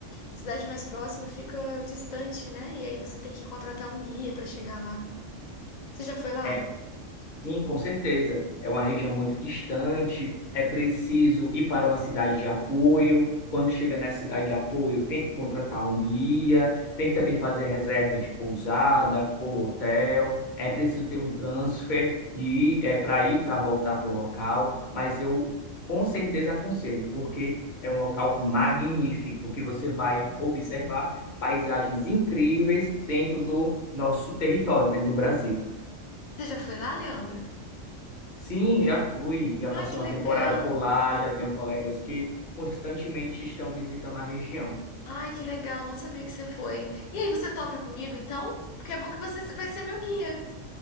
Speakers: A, on the left (about 80°); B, on the left (about 45°).
A: a cidade mais próxima fica distante, né? E aí você tem que contratar um guia para chegar lá. Você já foi lá?
B: É, sim, com certeza. É uma região muito distante, é preciso ir para uma cidade de apoio. Quando chega nessa cidade de apoio, tem que contratar um guia, tem que também fazer reserva de pousada ou hotel. É preciso ter um transfer de ir, é, para ir para voltar para o local, mas eu com certeza aconselho, porque é um local magnífico que você vai observar paisagens incríveis dentro do nosso território, dentro do Brasil.
A: Você já foi lá, Leandra?
B: Sim, já fui, já
A: Ai,
B: passei
A: que
B: uma
A: legal!
B: temporada por lá, já tenho colegas que constantemente estão visitando a região.
A: Ai, que legal, não sabia que você foi. E aí, você topa comigo então? Porque é bom que você vai ser meu guia.